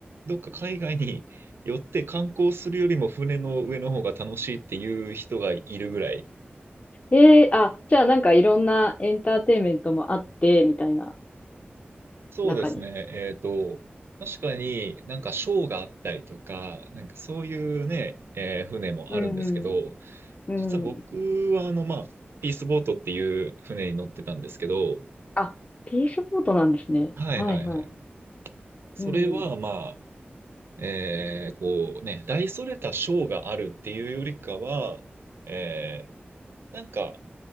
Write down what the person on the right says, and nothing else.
どっか海外に <laughs> 寄って観光するよりも船の上の方が楽しいっていう人がいるぐらい
そうですね。
えっと、確かになんかショーがあったりとか、なんかそういうね、えー船もあるんですけど、
実は僕はあの、
まあ、ピースボートっていう船に乗ってたんですけど、
はいはいはい。
それはま
あ、えーこうね、大それたショーがあるっていうよりかは、えーなんか